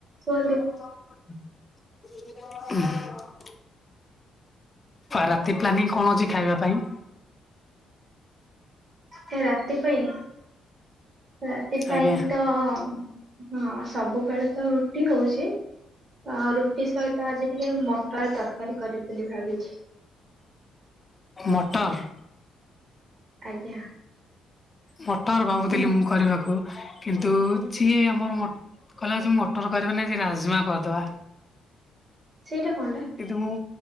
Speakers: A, on the right (about 40°); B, on the left (about 25°).
A: କହନ୍ତୁ?
B: ହୁଁ ରାତି ପ୍ଲାନିଂ କଣ ଅଛି ଖାଇବା ପାଇଁ?
A: ସେ ରାତି ପାଇଁ ରାତି ପାଇଁ
B: ଆଜ୍ଞା
A: ତ ହଁ, ସବୁବେଳେ ତ ରୁଟି ହଉଚି। ତ ରୁଟି ସହିତ ଆଜି ଟିକେ ମଟର ତରକାରୀ କରିବି ବୋଲି ଭାବିଛି।
B: ମଟର୍?
A: ଆଜ୍ଞା।
B: ମଟର୍ ଭାବୁଥିଲି
A: ହୁଁ
B: ମୁଁ କରିବାକୁ କିନ୍ତୁ <unintelligible> ଆମର <inaudible> କହିଲା ଆଜି ମଟର କରିବାନି ଆଜି ରାଜ୍ମା କରିଦବା।
A: ସେଇଟା କଣଟା?
B: କିନ୍ତୁ ମୁଁ